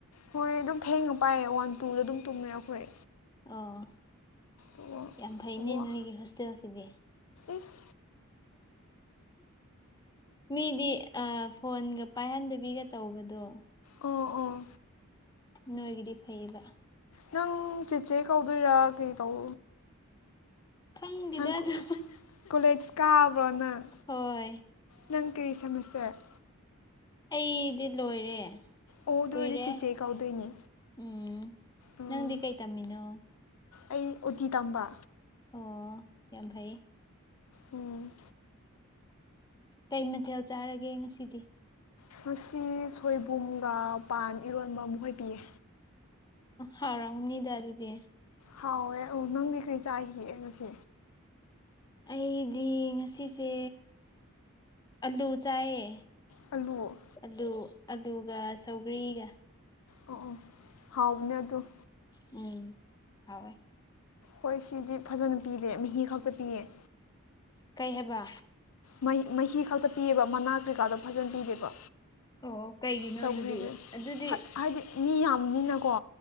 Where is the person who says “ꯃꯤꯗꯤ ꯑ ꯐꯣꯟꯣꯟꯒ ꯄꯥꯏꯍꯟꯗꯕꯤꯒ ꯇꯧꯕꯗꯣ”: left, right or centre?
Left